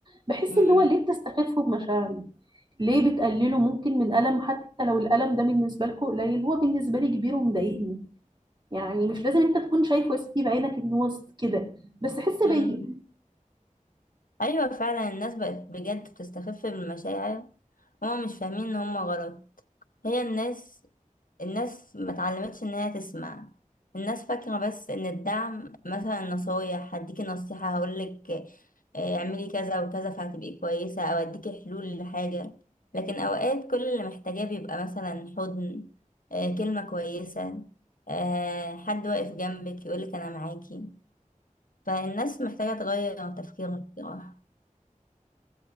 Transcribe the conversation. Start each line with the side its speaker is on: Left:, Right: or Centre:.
Right: بحس
Left: مم،
Right: اللي هو ليه بتستخفوا بمشاعري ليه بتقللوا ممكن من ألم حتى لو الألم ده بالنسبة لكم قليل هو بالنسبة لي كبير ومضايقني يعني مش لازم انت تكون شايفه يا ستي بعينك ان هو كده بس حس بيا
Left: مم. ايوه فعلا الناس بقت بجد بتستخف بالمشاعر هما مش فاهمين ان هما غلط هي الناس الناس ما اتعلمتش ان هي تسمع الناس فاكرة بس ان الدعم مثلا نصايح هديكي نصيحة هقولك آه، اعملي كذا وكذا فهتبقي كويسة او اديكي حلول لحاجة لكن اوقات كل اللي محتاجاه بيبقى مثلا حضن آه، كلمة كويسة آه، حد واقف جنبك يقولك انا معاكي فالناس محتاجة تغير تفكيرها بصراحة